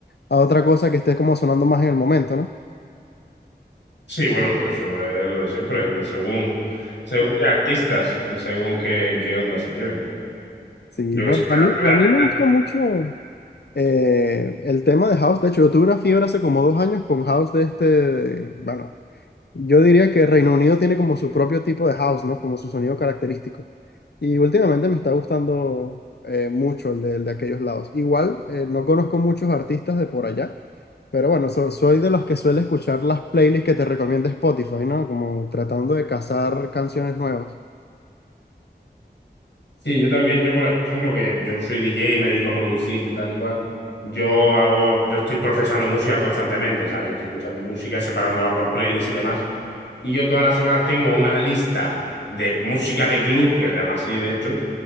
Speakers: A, on the left; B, on the left.
A: a otra cosa que esté como sonando más en el momento, ¿no?
B: Sí, bueno, pero eso es lo de siempre, de según, según qué artistas y según qué, qué onda se lleven.
A: Sí,
B: Yo
A: bueno,
B: que sé, pero
A: a mí,
B: obviamente
A: a mí me gusta mucho eh, el tema de House. De hecho, yo tuve una fiebre hace como dos años con House de este, bueno, yo diría que Reino Unido tiene como su propio tipo de House, ¿no? Como su sonido característico. Y últimamente me está gustando eh, mucho el de, el de aquellos lados. Igual, eh, no conozco muchos artistas de por allá, pero bueno, so- soy de los que suele escuchar las playlists que te recomienda Spotify, ¿no? Como tratando de cazar canciones nuevas.
B: Sí, yo también, yo por ejemplo, que yo soy DJ y me dedico a producir y tal y cual, yo hago, yo estoy procesando música constantemente, ¿sabes? Yo estoy escuchando música, separándola por playlists y demás. Y yo todas las semanas tengo una lista de música de club, que se llama así de hecho,